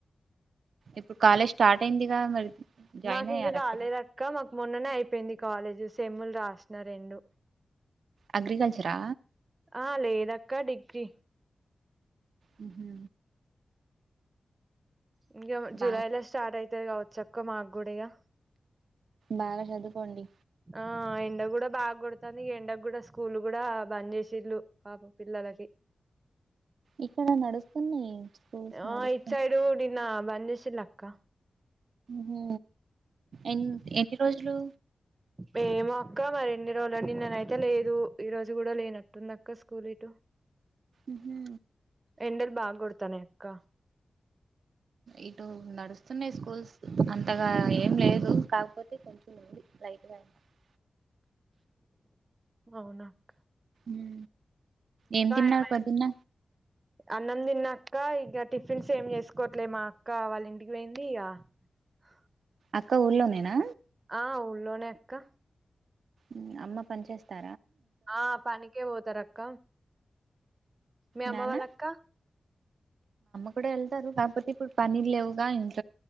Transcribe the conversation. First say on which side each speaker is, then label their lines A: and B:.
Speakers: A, on the right; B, on the right.
A: ఇప్పుడు కాలేజ్ స్టార్ట్ అయిందిగా మరి జాయిన్
B: మాకు ఇంకా
A: అయ్యారా
B: కాలేదక్క
A: అక్కడ
B: మాకు మొన్ననే అయిపోయింది కాలేజీ సేమ్ముల్ రాసిన రెండు
A: అగ్రికల్చరా
B: ఆ లేదక్క డిగ్రీ
A: హ
B: ఇంగేమో జూలై
A: బాగా
B: లో స్టార్ట్ అయితయి కావచ్చక్క మాక్ గుడి ఇగ
A: బాగా చదువుకోండి
B: ఆ ఎండ గూడా బాగ్ కొడుతంది. ఈ ఎండ గూడా స్కూల్లు కూడా బంద్ చేసిల్లు పాపం పిల్లలకి.
A: ఇక్కడ నడుస్తున్నాయి స్కూల్స్
B: ఆ
A: నడుస్తున్నాయి
B: ఇట్ సైడు నిన్న బధసిలక్క బంద్చేసిలక్క
A: హు ఎన్ ఎన్ని రోజులు
B: అ ఏమో అక్క మరి ఎన్ని రోజుల నిన్ననేతే లేదు ఈ రోజు గుడా లేనట్టుందక్క స్కూల్ ఇటు.
A: ఉహు
B: ఎండలు బాగ్ కొడతానాయక్క.
A: ఇటు నడుస్తున్నాయి, స్కూల్స్ అంతగా ఏం లేదు కాక్పోతే కొంచె <unintelligible> డి. లైట్ గా అయ్యి <unintelligible>
B: అవునాక్క
A: ఉ ఏం తిన్నావు
B: ఏమై
A: పొద్దున్న
B: అన్నం తిన్నాక్క ఇగ్గ టిఫిన్స్ ఏం చేసుకోవట్లే, మా అక్క వాళ్ళ ఇంటికి పోయింది ఇగ. హ
A: అక్క ఊర్లోనేనా
B: ఆ ఊళ్లోనేక్క
A: ఉ అమ్మ పన్ చేస్తా
B: ఆ పనికే పోత రక్క మీ అమ్మ
A: నాన్న
B: వాళ్ళక్క
A: ఇప్పుడేళ్తారు కాక్పోతే ఇప్పుడు పనీల్ లేవుగా ఇంట్ల